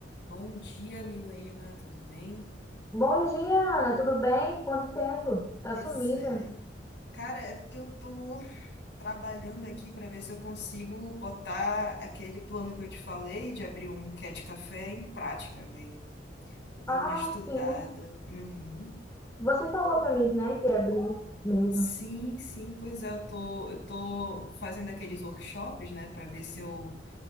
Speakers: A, on the left; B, on the left.
A: Bom dia, Milena, tudo bem?
B: Bom dia, Ana. Tudo bem? Quanto tempo? Tá
A: Pois
B: sumida?
A: é. Cara, é porque eu tô trabalhando aqui para ver se eu consigo botar aquele plano que eu te falei de abrir um Cat Café em prática, velho. Tô dando
B: Ah,
A: uma estudada.
B: sim.
A: Uhum.
B: Você falou pra mim, né, que ia abrir mesmo.
A: Sim, sim, pois é, eu tô, eu tô fazendo aqueles workshops, né, para ver se eu,